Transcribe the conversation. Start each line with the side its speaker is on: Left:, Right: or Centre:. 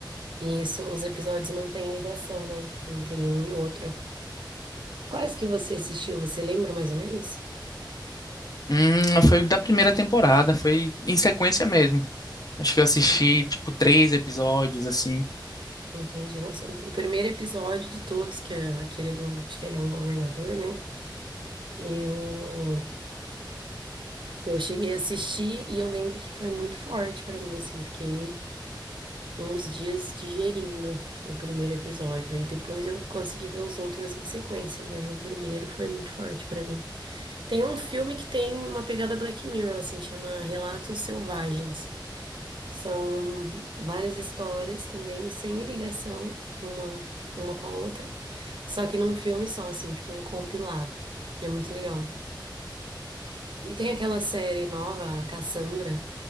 Right: isso, os episódios não têm ligação, né, entre um e outro. Quais que você assistiu? Você lembra mais ou menos?
Left: hum, foi da primeira temporada, foi em sequência mesmo. Acho que eu assisti,
Right: Não
Left: tipo, três episódios, assim.
Right: não entendi. Nossa, o o primeiro episódio de todos, que é aquele do. Acho que ele é um governador, né? Eu, eu cheguei a assistir e eu lembro que foi muito forte pra mim, assim. Fiquei uns dias digerindo o primeiro episódio. E depois eu consegui ver os outros em sequência, mas o primeiro foi muito forte pra mim. Tem um filme que tem uma pegada Black Mirror, assim, chama Relatos Selvagens. São várias histórias também, sem ligação uma, uma com a outra, só que num filme só, assim, tipo um compilado. É muito legal. E tem aquela série nova, a Cassandra,